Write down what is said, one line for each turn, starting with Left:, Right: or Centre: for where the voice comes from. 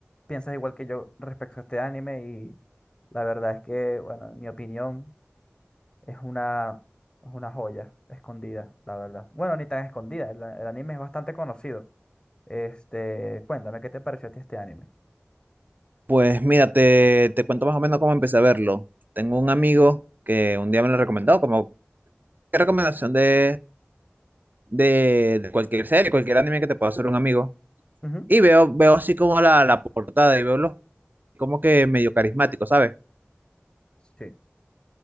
Left: piensas igual que yo respecto a este anime y la verdad es que, bueno, en mi opinión, Es una, es una joya escondida, la verdad. Bueno, ni tan escondida, el, el anime es bastante conocido. Este, cuéntame, ¿qué te pareció a ti este anime?
Right: Pues mira, te, te cuento más o menos cómo empecé a verlo. Tengo un amigo que un día me lo recomendó, como qué recomendación de, de, de cualquier serie, cualquier anime que te pueda hacer un amigo.
Left: Ujú,
Right: Y veo, veo así como la, la portada y veo los como que medio carismático, ¿sabes?
Left: Sí,